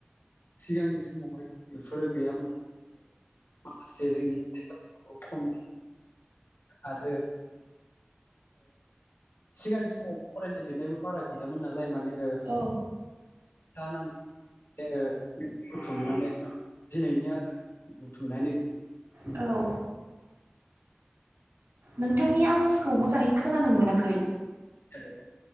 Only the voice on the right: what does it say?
औ
औ नोंथांनि आवाजखौ मोजांङै खोनानो मोनाखै